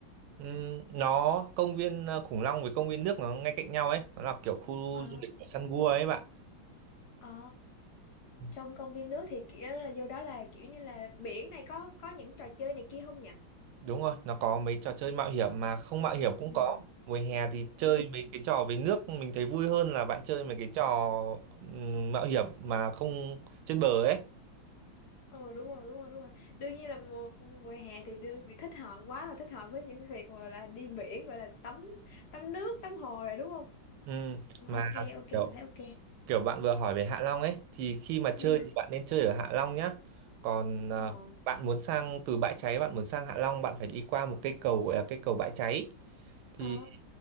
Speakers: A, on the right; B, on the left.
A: ừ, nó công viên ờ, khủng long với công viên nước nó ngay cạnh nhau ấy nó là kiểu khu
B: Ờ
A: du lịch của săn gua ấy bạn
B: ờ,
A: Ừ,
B: trong công viên nước thì kiểu là vô đó là kiểu như là biển này có có những trò chơi này kia không nhỉ?
A: đúng rồi nó có mấy trò chơi mạo hiểm mà không mạo hiểm cũng
B: Ừ.
A: có mùa hè thì chơi
B: Ừ.
A: mấy cái trò về nước mình thấy vui hơn là bạn chơi mấy cái trò ừ, mạo hiểm mà không trên bờ ấy
B: Ờ đúng rồi, đúng rồi, đúng rồi. Đương nhiên là mùa mùa hè thì đương, vì thích hợp quá là thích hợp với những việc gọi là đi biển gọi là tắm tắm nước, tắm hồ rồi đúng không?
A: Ừ,
B: Ừ,
A: mà
B: Ok, ok, mình
A: kiểu
B: thấy ok.
A: kiểu bạn vừa hỏi về Hạ Long ấy thì khi mà
B: Ừ.
A: chơi thì bạn nên chơi ở Hạ Long nhá. Còn à,
B: Ờ.
A: bạn muốn sang từ Bãi Cháy bạn muốn sang Hạ Long bạn phải đi qua một cây cầu gọi là cây cầu Bãi Cháy. Thì
B: Ờ.